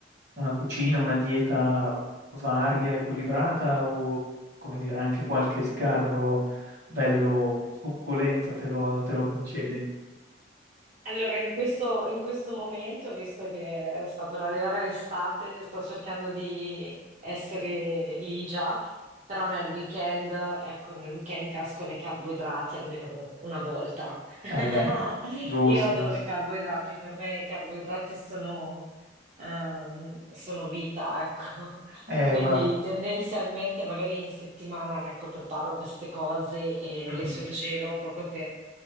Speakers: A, on the right; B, on the right.
A: una cucina, una dieta varia, equilibrata o come dire anche qualche sgarro bello succulento te lo, te lo concedi?
B: Allora, in questo, in questo momento, visto che sta per arrivare l'estate, sto cercando di essere lì già, però nel weekend, ecco, nel weekend casco nei carboidrati almeno una volta. <laughs>
A: Eh beh, giusto,
B: Io adoro
A: giusto.
B: i carboidrati, per me i carboidrati sono, ehm, sono vita, ecco. <laughs>
A: Eh,
B: Quindi
A: guarda,
B: tendenzialmente magari in settimana, ecco, preparo queste cose e
A: mhm,
B: le sorgelo proprio